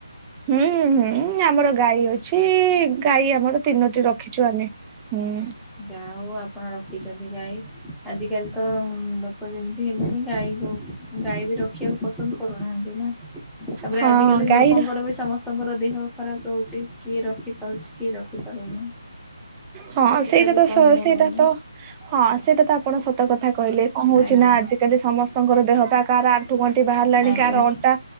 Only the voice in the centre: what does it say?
ଯା ହଉ ଆପଣ ରଖିଚନ୍ତି ଗାଈ। ଆଜିକାଲି ତ ଲୋକ ଯେମିତି ହେଲେଣି ଗାଈକୁ ଗାଈ ବି ରଖିବାକୁ ପସନ୍ଦ କରୁନାହାନ୍ତି ନା। ତାପରେ
ଆଜିକାଲି
ଲୋକଙ୍କର ବି ସମସ୍ତଙ୍କର ଦେହ ଖରାପ ରହୁଚି କିଏ ରଖିପାରୁଚି। କିଏ ରଖି ପାରୁନି।
ସେଟା
ବି
କହିହବନି
ଆଜ୍ଞା
ଆଜ୍ଞା